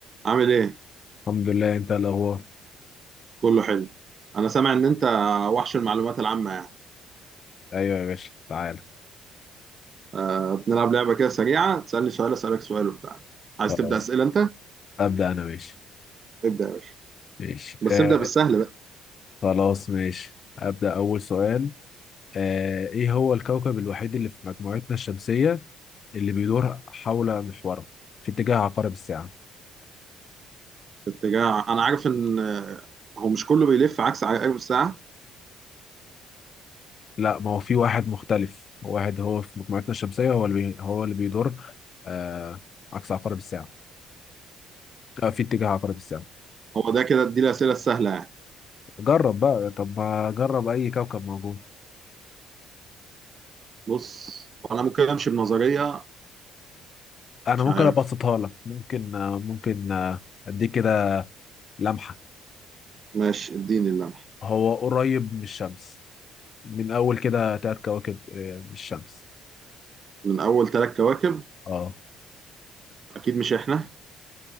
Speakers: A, on the right (about 40°); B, on the left (about 45°).
A: عامل ايه؟
B: الحمد لله انت الاخبار
A: كله حلو انا سامع ان انت وحش المعلومات العامة يعني
B: ايوه يا باشا تعالى
A: أه بنلعب لعبة كده سريعة تسألني سؤال اسألك سؤال وبتاع عايز
B: خلاص
A: تبدأ أسئلة انت؟
B: ابدا انا ماشي
A: ابدأ يا باشا
B: ماشي
A: بس
B: آه
A: ابدأ بالسهل بقى
B: خلاص ماشي ابدا اول سؤال آه ايه هو الكوكب الوحيد اللي في مجموعتنا الشمسيه اللي بيدور حول محوره في اتجاه عقارب الساعه
A: اتجاه انا عارف ان آه، هو مش كله بيلف عكس عقارب الساعة
B: لا ما هو في واحد مختلف واحد هو في مجموعتنا الشمسيه هو اللي بي هو اللي بيدور آه عكس عقارب الساعه آه في اتجاه عقارب الساعه
A: هو ده كده اديني الأسئلة السهلة يعني
B: جرب بقى طب ما جرب اي كوكب موجود
A: بص انا ممكن امشي بنظرية
B: انا
A: مش
B: ممكن
A: عارف
B: ابسطها لك ممكن آه ممكن آه اديك كده لمحة
A: ماشي اديني اللمح
B: هو قريب من الشمس من أول كده تلات كواكب آه، من الشمس
A: من اول ثلاث كواكب
B: اه
A: اكيد مش احنا